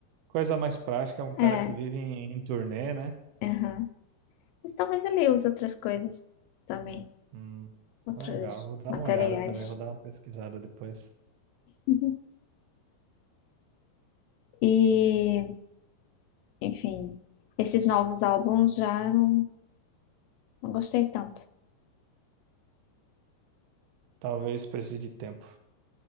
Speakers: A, on the right; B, on the left.
A: coisa mais prática, é um cara
B: É,
A: que vive em, em turnê, né?
B: aham. Mas talvez ele use outras coisas também,
A: Hum,
B: outros
A: legal, vou dar
B: materiais.
A: uma olhada também, vou dar uma pesquisada depois.
B: <laughs> E, enfim, esses novos álbuns já não, não gostei tanto.
A: Talvez precise de tempo.